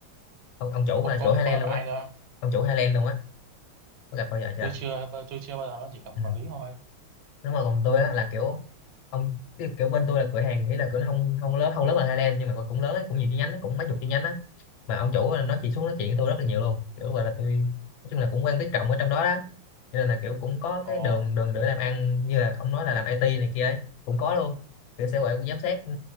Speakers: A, on the left; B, on the right.
A: ông, ông chủ mà
B: Cô, có
A: chủ Highland
B: có gặp
A: luôn
B: ai
A: á
B: cơ?
A: ông chủ Highland luôn á có gặp bao giờ chưa
B: Tôi chưa tôi chưa bao giờ nó chỉ cầm
A: ừ.
B: quản lý thôi.
A: đúng rồi còn tôi á là kiểu ông kiểu kiểu bên tôi là cửa hàng nghĩa là cửa nó không không lớn không lớn bằng Highland nhưng mà cũng lớn ấy, cũng nhiều chi nhánh ấy, cũng mấy chục chi nhánh á mà ông chủ nó chỉ xuống nói chuyện với tôi rất là nhiều luôn kiểu gọi là tôi nói chung là cũng quen biết rộng ở trong đó đó cho nên là kiểu cũng có cái
B: Ồ,
A: đường đường để làm ăn như là ông nói là làm IT này kia đấy cũng có luôn kiểu sẽ gọi giám sát ừ,